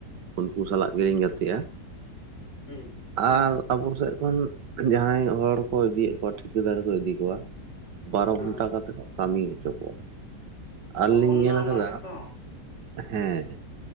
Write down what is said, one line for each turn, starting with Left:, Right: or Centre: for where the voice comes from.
Right: ᱩᱱᱠᱩ ᱥᱟᱞᱟᱜ ᱜᱮᱞᱤᱧ ᱜᱟᱛᱮᱼᱟ᱾
Left: ᱦᱮᱸ᱾
Right: ᱟᱨ ᱟᱵᱚ ᱥᱮᱫ ᱠᱷᱚᱱ ᱡᱟᱦᱟᱸᱭ ᱦᱚᱲ ᱠᱚ ᱤᱫᱤᱭᱮᱫ ᱠᱚᱣᱟ, ᱴᱷᱤᱠᱟᱹᱫᱟᱨᱮ ᱠᱚ ᱤᱫᱤ ᱠᱚᱣᱟ᱾ ᱵᱟᱨᱚ
Left: ᱦᱮᱸ
Right: ᱜᱷᱚᱱᱴᱟ ᱠᱟᱛᱮᱫ ᱠᱚ ᱠᱟᱹᱢᱤ ᱦᱚᱪᱚ ᱠᱚᱣᱟ᱾ ᱟᱨᱞᱤᱧ
Left: ᱚᱱᱟ
Right: ᱧᱮᱞ
Left: ᱚᱱᱟ
Right: ᱠᱟᱫᱟ
Left: ᱜᱮᱛᱚ
Right: ᱦᱮᱸ᱾